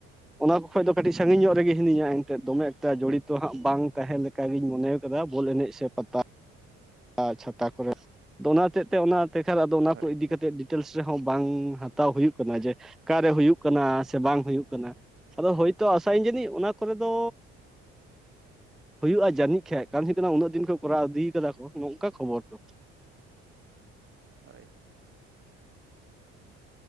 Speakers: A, in the centre; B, on the right (about 45°).
A: ᱚᱱᱟ ᱠᱷᱚᱡ ᱫᱚ, ᱠᱟᱹᱴᱤᱡ ᱥᱟᱺᱜᱤᱧ ᱧᱚᱜ ᱨᱮᱜᱮ, ᱦᱤᱱᱟ. ᱧᱟ ᱾ ᱮᱱᱛᱮᱫ ᱫᱚᱢᱮ ᱮᱠᱴᱟ ᱡᱚᱲᱤ ᱛᱚ ᱦᱟᱸᱜ, ᱵᱟᱝ ᱛᱟᱦᱮᱸ ᱞᱮᱠ ᱞᱮᱠᱟ ᱜᱤᱧ ᱢᱚᱱᱮ ᱭᱟᱠᱟᱫᱟ, ᱵᱚᱞ ᱮᱱᱮᱡ ᱥᱮ ᱯᱟᱛᱟ ᱾ ᱟᱻ, ᱪᱷᱟᱛᱟ ᱠᱚᱨᱮ ᱾ ᱫᱚᱱᱟ ᱛᱮᱫ ᱛᱮ, ᱚᱱᱟ ᱛᱮᱠᱷᱟᱨ ᱟᱫᱚ, ᱚᱱᱟ
B: ᱦᱳᱭ
A: ᱠᱚ ᱤᱫᱤ
B: ᱦᱳᱭ
A: ᱠᱟᱛᱮ ᱰᱤᱴᱮᱞᱥ ᱨᱮᱦᱚᱸ, ᱵᱟᱝ ᱦᱟᱛᱟᱣ ᱦᱩᱭᱩᱜ ᱠᱟᱱᱟ ᱾ ᱡᱮ, ᱚᱠᱟᱨᱮ ᱦᱩᱭᱩᱜ ᱠᱟᱱᱟ ᱥᱮ, ᱵᱟᱝ ᱦᱩᱭᱩᱜ ᱠᱟᱱᱟ ᱾ ᱟᱫᱚ ᱦᱳᱭ ᱛᱳ, ᱟᱥᱟ ᱭᱟ. ᱧ ᱡᱟᱹᱱᱤᱡ, ᱚᱱᱟ ᱠᱚᱨᱮ ᱫᱚ ᱦᱩᱭᱩᱜᱼᱟ, ᱡᱟᱱᱤᱡ ᱠᱷᱟᱡ, ᱩᱱᱟᱹᱜ ᱫᱤᱱ ᱠᱚ ᱠᱚᱨᱟᱣ ᱤᱫᱤ ᱟᱠᱟᱫᱟ ᱠᱚ, ᱱᱚᱝᱠᱟ ᱠᱷᱚᱵᱚᱨ ᱫᱚ ᱾
B: ᱦᱳᱭ ᱾